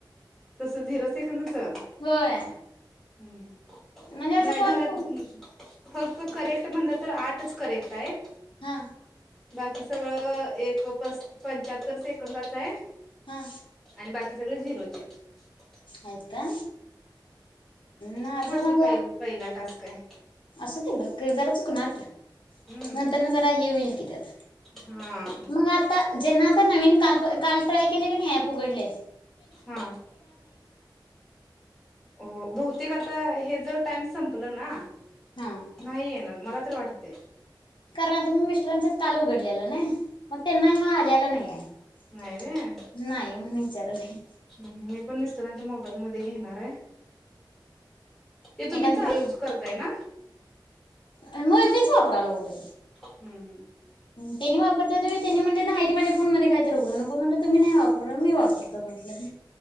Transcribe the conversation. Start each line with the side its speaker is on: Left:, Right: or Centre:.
Centre: तस झिरो सेकंदच? हम्
Left: होय
Centre: हम्
Left: म्हणजे असं
Centre: नाही
Left: कॉल
Centre: झाल्या
Left: कोण
Centre: फक्त करेक्ट म्हणलं तर आठच करेक्ट आहेत.
Left: हा
Centre: बाकी सगळं एक प पंच्याहत्तर सेकंदाच आहे.
Left: हा
Centre: आणि बाकी सगळे झिरोचे हायत.
Left: आहेत का माझ
Centre: कारण आज
Left: मग
Centre: पहिल पहिला टास्क आहे.
Left: असूदे तिकडं जरा चुकणार की
Centre: हम्म.
Left: नंतर न जरा हे होईल कि त्यात,
Centre: हा
Left: म आता ज्यांना आता नवीन काल काल ट्राय केलय कणी ॲप उघडलय
Centre: हा हो बहुतेक आता हेज टाइम संपलं ना,
Left: हा
Centre: नाही येणार मला तर वाटतय.
Left: कारण आता मी मिस्टरांच्या काल उघडलेलं नई, मग त्यांना हा आल्याला नाही आहे
Centre: नाही व्हय
Left: नाही म्हणुन विचारले.
Centre: मी पण मिस्टरांच्या मोबाईल मध्ये घेणार आहे ते तुम्ही
Left: एखादी
Centre: चालूच करताय ना?
Left: होय मीच वापराय लागलोय.
Centre: हम् हम्
Left: त्यांनी वापरता ते त्यांनी म्हणजे नाहीती माझ्या फोन मध्ये काय तर उघडू नको म्हणल तुम्ही नाही वापर मी वाप रतो म्हटलं.